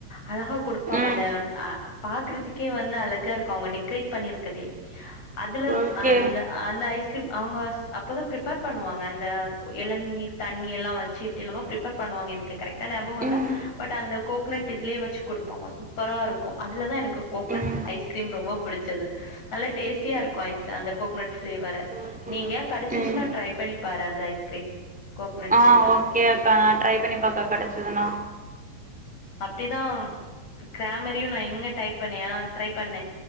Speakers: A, on the left; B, in the centre.
A: அழகா குடுப்பாங்க
B: ம்
A: அந்த அ பாக்குறதுக்கே வந்து அழகா இருக்கு அவங்க டெக்கரேட் பண்ணிருக்கதே அதுல
B: ஓகே
A: அந்த அந்த ஐஸ்கிரீம் அவங்க அப்போதா ப்ரிப்பேர் பண்ணுவாங்க அந்த இளநீர் தண்ணி எல்லா வச் ச்சு எப்டில்லாமோ பிரிப்பர் பண்ணுவாங்க எனக்கு கரெக்டா நியாபக இல்ல
B: ம்
A: பட் அந்த கோக்னட் இதுலயே வச்சு குடுப்பாங்க சூப்பரா இருக்கு அதுலதா எனக்கு கோக்னட்
B: ம்
A: ஐஸ்கிரீம் ரொம்ப புடிச்சது நல்ல டேஸ்டியா இருக்கு ஐஸ் அந்த கோகனட் பிளேவர
B: ஓகே
A: நீங்க கடச்சிச்சுனா
B: ம்
A: ட்ரை பண்ணி பாரு அது ஐஸ்கிரீம் கோக்னட்
B: ஆ
A: ஃப்ளேவர்
B: ஓகேக்கா நா ட்ரை பண்ணி பாக்க கெடைச்சதுண்ணா
A: அப்டிதா கிராமரியு நா இங்க டைப் பண்ணே ஆ ட்ரை பண்ணே